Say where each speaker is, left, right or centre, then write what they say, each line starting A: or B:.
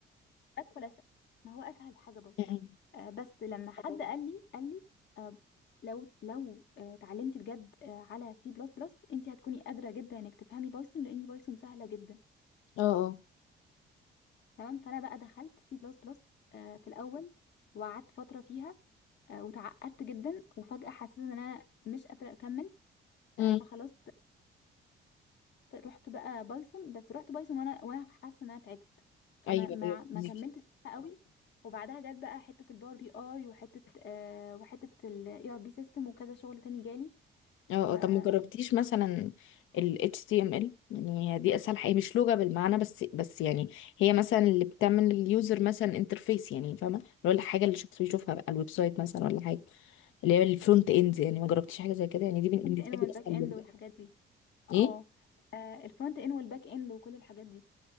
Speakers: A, on the left (about 65°); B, on the left (about 80°).
A: بدخل أسأل ما هو أسهل حاجة بس
B: امم
A: آه بس لما حد قال لي قال لي آه لو لو آه اتعلمتي بجد آه على سي بلس بلس أنت هتكوني قادرة جدا إنك تفهمي بايثون لأن بايثون سهلة جدا
B: اه اه
A: تمام فأنا بقى دخلت سي بلس بلس آه في الأول وقعدت فترة فيها آه وتعقدت جدا وفجأة حسيت إن أنا مش قادرة أكمل
B: امم
A: آه فخلاص رحت بقى بايثون بس رحت بايثون وانا وانا حاسه ان انا تعبت فما
B: ايوه
A: ما,
B: ايوه
A: ما
B: فهمك.
A: كملتش بقى قوي وبعدها جت بقى حته الباور بي اي وحته آه وحته الاي ار بي سيستم وكذا شغل تاني جالي
B: اه
A: فالفرونت
B: آه، طب ما جربتيش مثلا ال HTML يعني هي دي اسهل حاجه مش لغه بالمعنى بس بس يعني هي مثلا اللي بتعمل اليوزر مثلا انترفيس يعني فاهمه اللي هو الحاجه اللي الشخص بيشوفها بقى الويب سايت مثلا ولا حاجه اللي هي الفرونت اند يعني ما جربتيش حاجه زي كده يعني دي بالنسبه
A: اند والباك
B: لي اسهل
A: اند
B: لغه
A: والحاجات دي اه
B: ايه
A: آه، الفرونت اند والباك اند وكل الحاجات دي